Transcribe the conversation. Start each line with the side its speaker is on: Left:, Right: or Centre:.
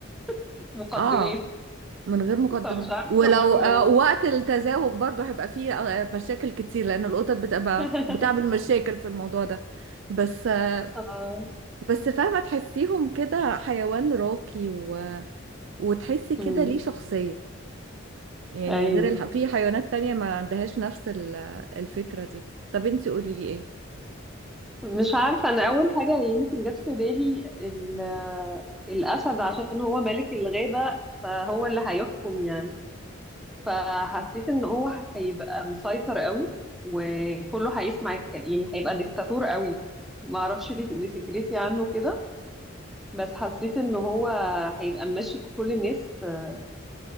Centre: <laughs> مقدمات
Right: اه من غير مقدمات
Centre: فمش عارفة
Right: ولو
Centre: برضو
Right: آه،
Centre: لو
Right: وقت التزاوج برضو هيبقى فيه آه، مشاكل كتير لأن القطط بتبقى
Centre: <laughs>
Right: بتعمل مشاكل في الموضوع ده بس آه،
Centre: اه
Right: بس فاهمة تحسيهم كده حيوان راقي و... وتحسي كده
Centre: مم.
Right: ليه شخصية يعني
Centre: ايوه
Right: غير الح... في حيوانات تانية ما عندهاش نفس ال- الفكرة دي طب انتي قولي لي ايه
Centre: مش عارفة أنا أول حاجة يمكن جت في بالي ال- الأسد عشان هو ملك الغابة فهو اللي هيحكم يعني فحسيت إن هو هيبقى مسيطر قوي وكله هيسمع الكلام يعني هيبقى ديكتاتور قوي ما أعرفش دي دي فكرتي عنه كده بس حسيت إن هو هيبقى ماشي كل الناس آه،